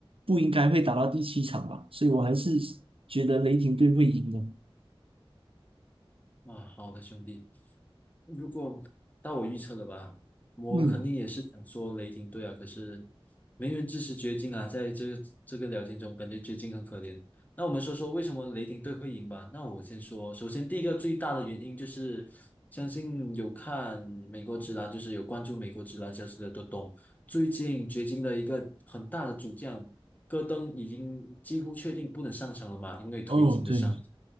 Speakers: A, on the right; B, on the left.
A: 不应该会打到第七场吧？所以我还是觉得雷霆队会赢的。
B: 啊，好的，兄弟。如果到我预测了吧，我肯定也是想说雷霆队啊，
A: 嗯，
B: 可是没人支持掘金啊，在这个这个聊天中，感觉掘金很可怜。那我们说说为什么雷霆队会赢吧？那我先说，首先第一个最大的原因就是，相信有看美国职篮，就是有关注美国职篮消息的都懂，最近掘金的一个很大的主将戈登已经几乎确定不能上场了嘛，因为腿筋的伤。
A: 哦，对